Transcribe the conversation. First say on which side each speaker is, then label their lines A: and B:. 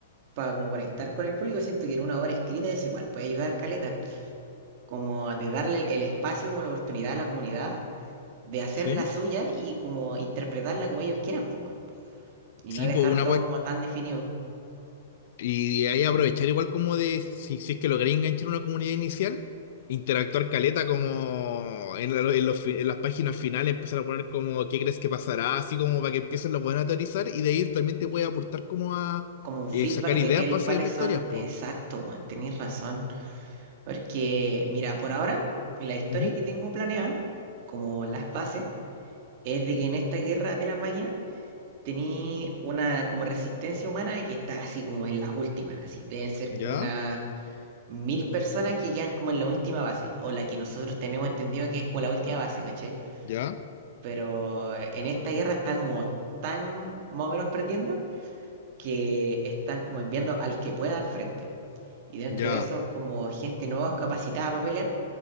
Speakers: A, on the right; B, on the left.
A: para como conectar con el público, siento que en una obra escrita es igual, puede ayudar Caleta, como de darle el, el espacio, como la oportunidad a la comunidad de hacer
B: ¿Sí?
A: la suya y como interpretarla como ellos quieran, pues, weón. Y
B: Sí,
A: no dejar
B: pues una
A: todo
B: weá
A: como tan definido,
B: Y de ahí aprovechar igual como de, si, si es que logré enganchar una comunidad inicial, interactuar caleta como en, la- en los fi- en las páginas finales, empezar a poner como qué crees que pasará, así como para que empiecen los buenos a teorizar y de ahí también te puede aportar como a
A: como un feedback
B: eh, sacar
A: de
B: ideas
A: que el-
B: para seguir
A: cuáles
B: la
A: son,
B: historia, pues.
A: exacto, Juan, tenéis razón, porque mira, por ahora, la historia
B: Ujú.
A: que tengo planeada, como las bases, es de que en esta guerra de las máquinas, tenía una como resistencia humana que está así como en las últimas, así deben ser
B: Ya,
A: como una mil personas que quedan como en la última base, o la que nosotros tenemos entendido que es como la última base, ¿cachai?
B: ya,
A: Pero eh, en esta guerra está como tan más o menos perdiendo que están como enviando al que pueda al frente. Y dentro
B: ya,
A: de eso, como gente nueva capacitada para pelear,